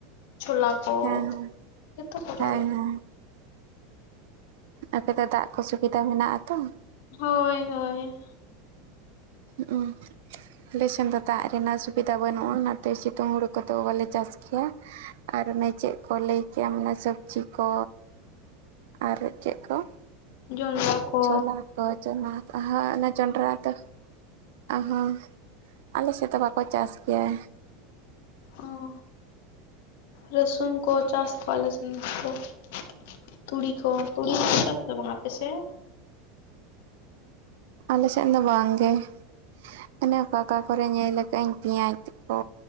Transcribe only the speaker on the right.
ᱦᱮᱸ ᱦᱮᱸ
ᱦᱮᱸ
ᱦᱮᱸ ᱟᱯᱮ ᱫᱚ ᱫᱟᱜ ᱠᱚ ᱥᱩᱵᱤᱫᱟ ᱢᱮᱱᱟᱜ ᱟᱛᱚ
ᱦᱩᱸᱜ ᱩᱸ ᱟᱞᱮ ᱥᱮᱱ ᱫᱚ ᱫᱟᱜ ᱨᱮᱱᱟᱜ ᱥᱩᱵᱤᱫᱷᱟ ᱵᱟᱹᱱᱩᱜᱼᱟ ᱚᱱᱟᱛᱮ ᱥᱤᱛᱩᱝ ᱦᱩᱲᱩ ᱠᱚᱫᱚ ᱵᱟᱞᱮ ᱪᱟᱥ ᱜᱮᱭᱟ ᱟᱨ ᱚᱱᱮ ᱪᱮᱫ ᱠᱚ ᱞᱟᱹᱭ ᱠᱮᱭᱟᱢ ᱚᱱᱟ ᱥᱚᱵᱽᱡᱤ ᱠᱚ ᱟᱨ ᱪᱮᱫ ᱠᱚ
ᱪᱷᱚᱞᱟ ᱠᱚ ᱪᱷᱚᱞᱟ ᱟᱛᱟ ᱦᱟᱸ ᱚᱱᱟ ᱡᱚᱱᱰᱨᱟ ᱟᱛᱟ ᱚ ᱦᱚᱸ ᱟᱞᱮ ᱥᱮᱫ ᱫᱚ ᱵᱟᱠᱚ ᱪᱟᱥ ᱜᱮᱭᱟ
ᱟᱞᱮ ᱥᱮᱱ ᱫᱚ ᱵᱟᱝ ᱜᱮ ᱛᱟᱦᱚᱞᱮ ᱚᱠᱟ ᱚᱠᱟ ᱠᱚᱨᱮ ᱧᱮᱞ ᱟᱠᱟᱜᱼᱟᱹᱧ ᱯᱮᱸᱭᱟᱡᱽ ᱠᱚ